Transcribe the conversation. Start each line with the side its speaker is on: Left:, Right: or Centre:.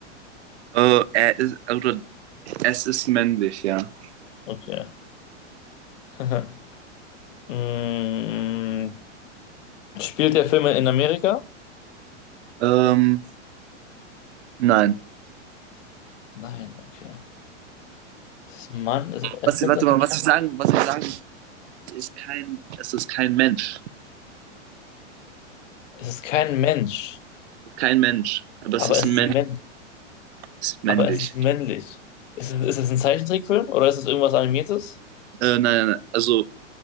Right: Äh, er ist, oder es ist männlich, ja.
Left: Okay. <laughs> Mm, spielt der Film in Amerika?
Right: Ähm, nein.
Left: Nein, okay. Es ist ein Mann, es, er
Right: Was,
Left: kennt
Right: warte
Left: natürlich,
Right: mal, was ich sagen, was ich sagen, es ist kein, es ist kein Mensch.
Left: es ist kein Mensch,
Right: Kein Mensch. Aber
Left: aber
Right: es ist
Left: es
Right: ein
Left: ist
Right: Mensch,
Left: männ,
Right: ist
Left: aber
Right: männlich.
Left: es ist männlich. Ist es, ist es ein Zeichentrickfilm oder ist es irgendwas Animiertes?
Right: Äh, nein, nein, also